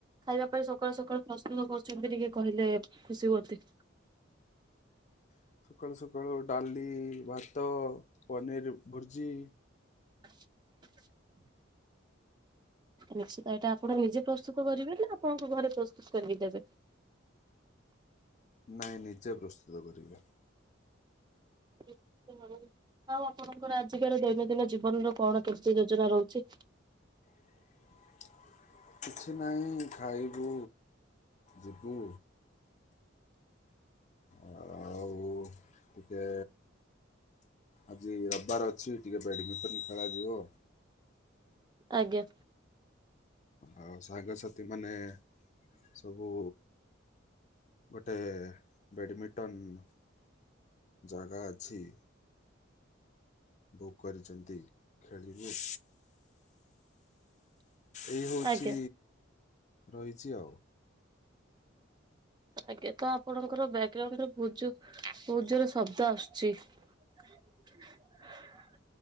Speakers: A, on the right; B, on the left.
A: ଖାଇବା ପାଇଁ ସକାଳୁ ସକାଳୁ ପ୍ରସ୍ତୁତ କରୁଛନ୍ତି, କହିଲେ ଟିକେ ଖୁସି ହୁଅନ୍ତି।
B: ହଁ। ସକାଳୁ ସକାଳୁ ଡାଲି, ଭାତ, ପନିର, ଭୁଜି
A: <inaudible> ନିଶ୍ଚିତଏଇଟା ଆପଣ ନିଜେ ପ୍ରସ୍ତୁତ କରିବେ ନା କୁହନ୍ତୁ ଘରେ ପ୍ରସ୍ତୁତ କରିକି ଦେବେ?
B: ନାଇଁ ନିଜେ ପ୍ରସ୍ତୁତ କରିବେ।
A: ଧେକ୍ ତା ଲି ଆଉ ଆପଣଙ୍କର ଆଜିକାଲି ଦୈନନ୍ଦିନ ଜୀବନ ର କଣ କେମିତି ଯୋଜନା ରହୁଛି।
B: <inaudible> କିଛି ନାହିଁ ଖାଇବୁ, ଯିବୁ ଆ ଓଁ ଉ। ଟିକେ, ଆଜି ରବିବାର ଅଛି ଟିକେ ବଡମିଟ ଟିକେ ଖରା ଯିବ।
A: ଆଜ୍ଞା
B: ଆଉ ସାଙ୍ଗସାଥି ମାନେ, ସବୁ ଗୋଟେ, ବେଡ଼ମିଣ୍ଟନ ଜାଗା ଅଛି। ବୁକ୍ କରିଛନ୍ତି ଖେଳିବୁ। ଏଇ ହଉଚି
A: ଆଜ୍ଞା
B: ରହିଛି ଆଉ।
A: ଆଜ୍ଞା ତ ଆପଣଙ୍କର ବ୍ୟାକଗ୍ରାଉଣ୍ଡରେ ଭୁକ୍ ଜୋର୍ ବହୁତ୍ ଜୋର୍ ଶବ୍ଦ ଆସୁଛି। କ୍ ଛକ କ।